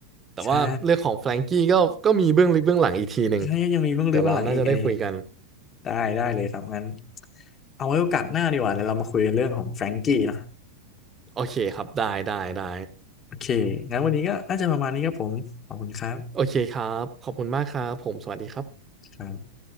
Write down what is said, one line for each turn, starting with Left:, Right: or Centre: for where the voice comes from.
Right: แต่ว่าเรื่องของแฟรงกี้ก็ก็มีเบื้องลึกเบื้องหลังอีกทีหนึ่ง
Left: ใช่ใช่ยังมีเบื้องลึกเบื้องหลังอีกอันนี้
Right: เดี๋ยวเราน่าจะได้คุยกัน
Left: ได้ได้เลยครับงั้นเอาไว้โอกาสหน้าดีกว่าเดี๋ยวเรามาคุยกันเรื่องของแฟรงกี้เนอะ
Right: โอเคครับได้ได้ได้
Left: โอเคงั้นวันนี้ก็น่าจะประมาณนี้ครับผมขอบคุณครับ
Right: โอเคครับขอบคุณมากครับผมสวัสดีครับ
Left: ครับ